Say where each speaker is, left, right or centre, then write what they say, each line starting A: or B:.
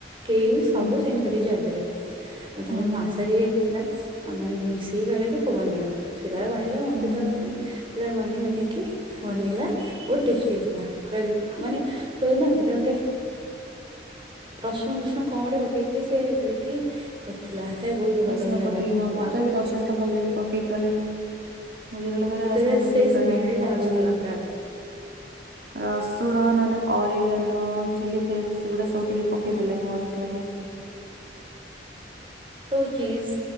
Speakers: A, on the right; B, on the right.
A: କେଇ ସବୁ
B: ହୁଁ
A: ସିନ୍ କରିକି ଛାଡିଦେଲେ। ତାପରେ
B: ହୁଁ ହୁଁ
A: ମାସାରୀ ହେଇଥିଲା ମାନେ ସିଏ କହିଲା କି ହଉ ବନେଇବା ସିଏ ତାର ବନେଇ ଥିଲା ମତେ ତ
B: ହୁଁ
A: ଆସି ସେ କହିଲା ବନେଇବାନିକି ବନେଇଲା ବହୁତ ଟେଷ୍ଟି ହେଁଇଥିଲା ମାନେ କହିଲି ନା ସେଟା ଗୋଟେ ରସୁଣ ଫସୁଣ କଣ ଗୋଟେ ପକେଇକି ସେ କରିକି କରିଥିଲା ହେ ବହୁତ
B: ରସୁଣ
A: ଭଲ ଲାଗିଲା
B: ପକେଇକି
A: ନା
B: ହଁ ମତେ
A: ଯା ହଉ
B: ବି ରସୁଣ ଭଲ ଲାଗେ ପକେଇକି କଲେ ମୁଁ ଯେତେବେଳେ କରେ
A: ହଉ
B: ରସୁଣ ପକେଇକି
A: ସେଇ ସ୍ମେଲ
B: କରେ ମୁଁ ବହୁତ
A: ଟା ଆସୁଥିଲା
B: ଭଲ ଲାଗେ
A: ପୁରା।
B: ରସ ଶୁଣ ନହେଲେ ଅରିଗାନୋ ଚିଲି ଫ୍ଲେକ୍ସ ସେଗୁଡ଼ା ସବୁ ଟିକେ ପକେଇ
A: ହୁଁ
B: ଦେେଲେ ମସ୍ତ୍ ଲାଗେ।
A: ଯୋଉ ଚିଜ